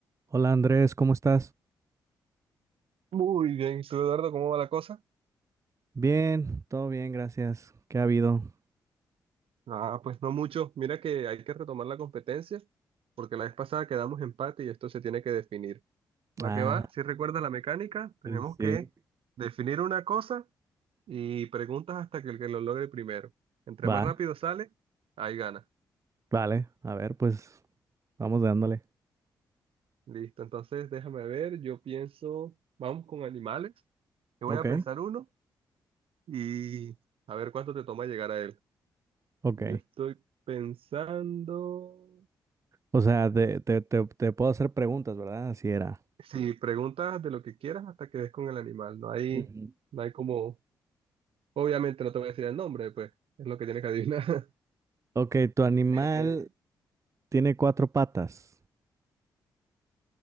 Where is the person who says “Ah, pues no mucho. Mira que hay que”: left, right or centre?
Right